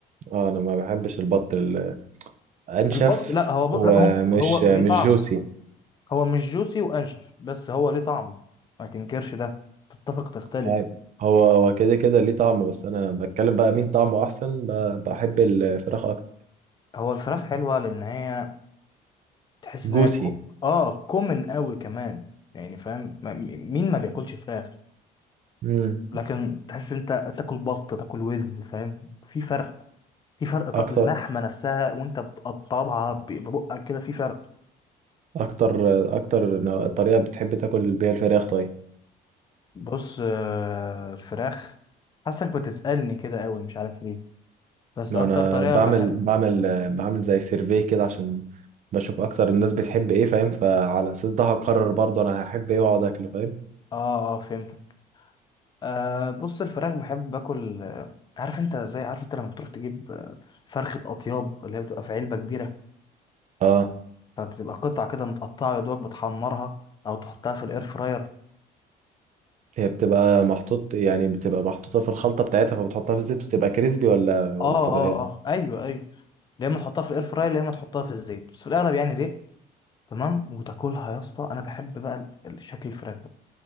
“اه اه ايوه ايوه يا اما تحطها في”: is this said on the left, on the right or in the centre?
Left